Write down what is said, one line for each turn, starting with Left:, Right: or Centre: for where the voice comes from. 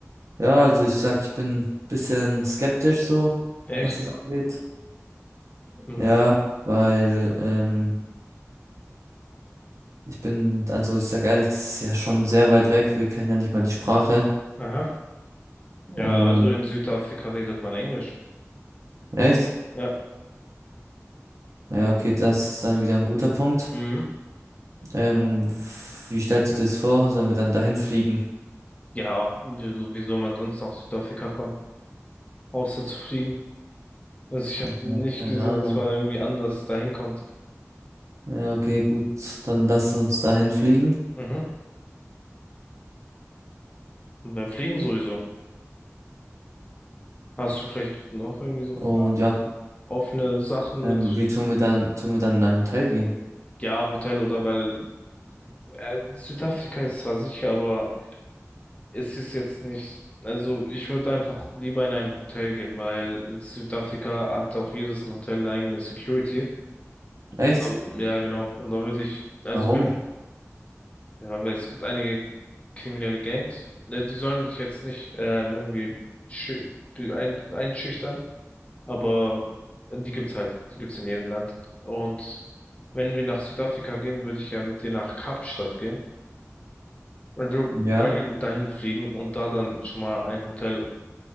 Right: Ja, also ich sag, ich bin ein bisschen skeptisch so,
Left: Echt?
Right: was es angeht.
Left: Mhm.
Right: Ja, weil ähm, ich bin, also ich sag ehrlich, das ist ja schon sehr weit weg. Wir kennen ja nicht mal die Sprache.
Left: Aha.
Right: Und
Left: Ja, also in Südafrika redet man Englisch.
Right: echt?
Left: Ja.
Right: Ja, okay, das ist dann wieder ein guter Punkt.
Left: Mhm.
Right: Ähm, und wie stellst du dir das vor? Sollen wir dann dahin fliegen?
Left: Ja, wieso, wie soll man sonst nach Südafrika kommen? Außer zu fliegen. Also ich habe
Right: Ja,
Left: nicht
Right: keine
Left: gesehen,
Right: Ahnung.
Left: dass man irgendwie anders dahin kommt.
Right: Ja, okay, gut, dann lass uns dahin fliegen.
Left: Mhm. Und bei Fliegen sowieso. Hast du vielleicht noch irgendwie so
Right: Und
Left: Fragen,
Right: ja,
Left: so offene Sachen
Right: ähm,
Left: mit,
Right: wie tun wir dann, tun wir dann in ein Hotel gehen?
Left: ja, Hotel oder weil äh, Südafrika ist zwar sicher, aber ist es jetzt nicht. Also ich würde einfach lieber in ein Hotel gehen, weil in Südafrika hat auch jedes ein Hotel eine eigene Security.
Right: Echt?
Left: Und, da- ja, genau. Und da würde ich, also
Right: Warum?
Left: wenn, ja, weil es gibt einige kriminelle Gangs, ne, die sollen dich jetzt nicht ähm, irgendwie schü- die ein, einschüchtern, aber die gibt's halt, die gibt's in jedem Land. Und wenn wir nach Südafrika gehen, würde ich ja mit dir nach Kapstadt gehen. Und wir
Right: Ja,
Left: dahin, dahin fliegen und da dann schon mal ein Hotel